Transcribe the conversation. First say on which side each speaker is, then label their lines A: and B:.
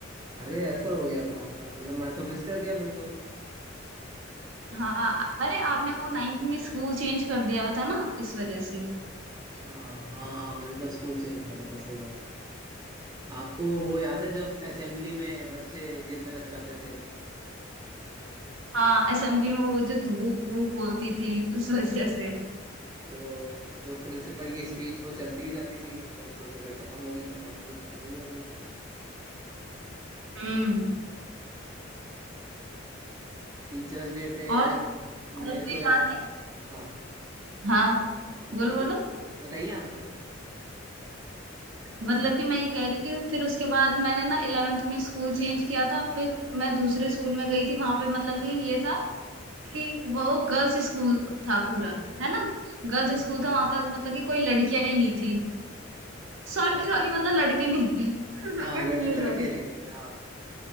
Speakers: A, on the right (about 20°); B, on the right (about 75°).
A: अरे ऐसा हो गया था मैं- मतलब मैंने तो मिस कर दिया फिर तो
B: हाँ अरे आपने वो नाइन्थ में स्कूल चेंज कर दिया था ना इस वजह से
A: अच्छा हाँ हाँ मैंने तो स्कूल चेंज करा था सही बात है आपको वो याद है जब असेंबली में बच्चे गिरने लग जाते थे
B: हाँ असेंबली में वो जो धूप वूप होती थी उस वजह से
A: वो जो प्रिंसिपल की स्पीच वो चलती ही जाती थी हम लोग सोचते थे खत्म होगी खत्म होगी खत्म ही नहीं होती थी
B: हम्म
A: टीचर्स डे पे
B: और
A: मेरे
B: और
A: मेरे
B: कोई
A: को याद
B: बात है
A: हाँ
B: हाँ
A: बताइए
B: बोलो बोलो
A: बताइए आप बताइए
B: मतलब कि मैं ये कह रही हूँ कि फिर उसके बाद मैंने ना इलेवेंथ में स्कूल चेंज किया था फिर मैं दूसरे स्कूल में गई थी वहां पे मतलब कि ये था कि वो गर्ल्स स्कूल था पूरा है ना गर्ल्स
A: अच्छा
B: स्कूल
A: हाँ
B: था वहां पर मतलब कि कोई लड़कियां ही नहीं थी सॉरी
A: अच्छा
B: सॉरी मतलब लड़के नहीं थे <laughs>
A: हाँ
B: मैं कंफ्यूज
A: लड़, लड़के
B: हो गई
A: नहीं थे हाँ